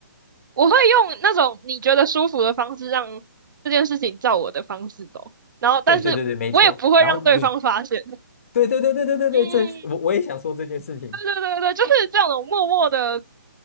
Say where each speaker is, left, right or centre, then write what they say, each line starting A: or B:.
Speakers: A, on the right (about 75°); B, on the left (about 45°).
A: 我会用那种你觉得舒服的方式让这件事情照我的方式走，然后但是我也不会让对方发现。
B: 对对对对，没错。然后你，
A: <laughs>
B: 对对对对对对对，
A: 嗯，
B: 这是我我也想说这件事情。
A: 对对对对，就是这种默默的